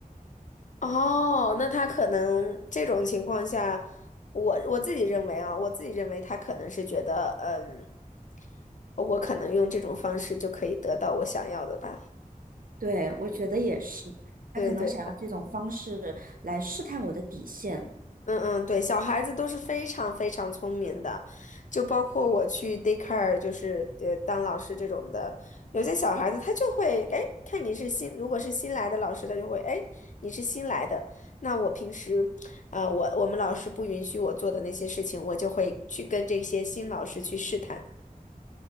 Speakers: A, on the left; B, on the right.
A: 哦，那他可能这种情况下，我我自己认为啊，我自己认为他可能是觉得，嗯，我可能用这种方式就可以得到我想要的吧。
B: 对，我觉得也是，
A: 对对。
B: 他可能想用这种方式来试探我的底线。
A: 嗯嗯，对，小孩子都是非常非常聪明的，就包括我去 daycare，就是呃当老师这种的，有些小孩子他就会，哎，看你是新，如果是新来的老师，他就会，哎，你是新来的，那我平时，啊，我我们老师不允许我做的那些事情，我就会去跟这些新老师去试探。